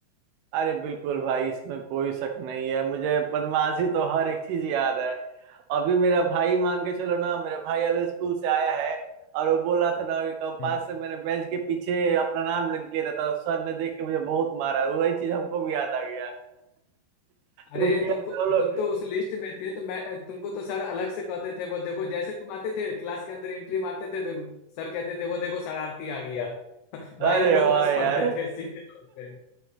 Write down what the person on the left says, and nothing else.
हम्म
अरे
तुमको
तुम तो उस लिस्ट में थे तो मैं तुमको तो सर अलग से कहते थे वो देखो जैसे तुम आते थे क्लास के अंदर एंट्री मारते थे तो सर कहते थे वो देखो शरारती आ गया <laughs> भाई
हम लोग
हंस
पड़ते थे सीधे तौर पे